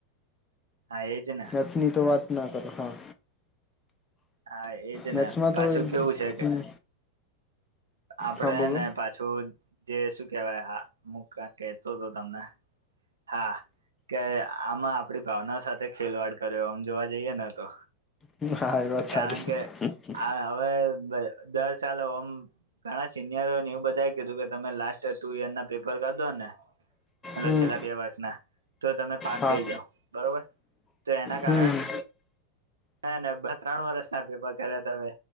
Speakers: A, on the right; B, on the left.
A: હા, એજ ને.
B: સી ની તો વાત ના કરો, હા.
A: હા, એજ
B: મેથ્સમાં
A: ને, પાછું
B: તો
A: કેવું છે કે
B: હમ
A: આપડે
B: હા બોલો
A: હેને, પાછું જે શું કેવાય, હા, હું કાક કેતો હતો તમને. હા, કે આમાં આપડી ભાવના સાથે ખેલવાડ કર્યો, ઓમ જોવા જઈએ ને તો.
B: હમ્મ, હા, એ વાત સાચી
A: કારણ કે
B: છે.
A: આ હવે દર સાલ ઓમ. ઘણા સિનિયરોને એવું બધા કીધું કે, તમે લાસ્ટ ટુ ઈયર ના પેપર કરી દો ને. મતલબ
B: હમ
A: છેલ્લા બે વર્ષના તો તમે પાસ
B: હા
A: થઈ જાઓ, બરોબર? તો એના કારણે
B: હમ
A: હેને ત્રણ વર્ષના પેપર કર્યા તા મે